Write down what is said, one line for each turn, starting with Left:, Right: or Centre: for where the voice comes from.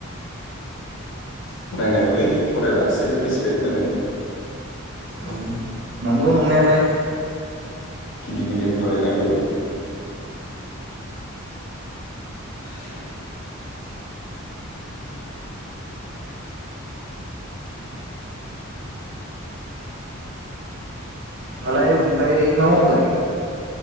Left: फरायनांगोलै फरायबासो रिसपेक्ट मोनो
Right: औ नंगौ नंनायालाय
Left: गिदर गिदिर फराय नांगौ <inaudible>
Right: दालाय ओमफ्राय मा मावगोन